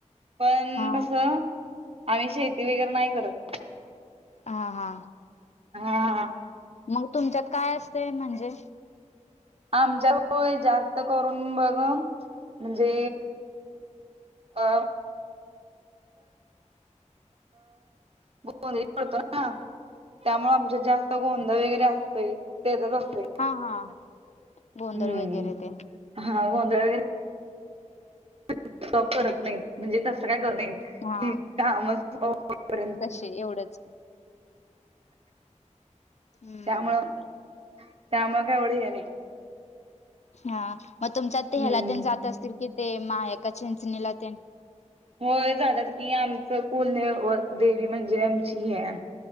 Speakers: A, on the right (about 50°); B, on the left (about 60°).
A: पण
B: हा
A: कस आम्ही शेती वगैरे नाही करत.
B: आ हा,
A: हा,
B: मग, तुमच्यात काय असते म्हणजे
A: आमच्यात होय, जास्त करून बघ म्हणजे अ गोंधळी पडतो ना त्यामुळे आमच्यात जास्त गोंधळ वगैरे असतोय. तेचच तसंच असत.
B: हा हा गोंधळ
A: हम्म,
B: वगैरे ते
A: हा गोंधळ वगैरे <unintelligible>
B: हा तेनी एवढंच हम्म,
A: त्यामुळ- त्यामुळ एवढं काय हे नाही.
B: हा मग तुमच्या ते
A: हम्म.
B: ह्याला तेन जात असतील, कि ते मायाक्का चिंचणीला तेन
A: होय जातात. की आमचं कुलदैवत देवी म्हणजे आमची ही हाय,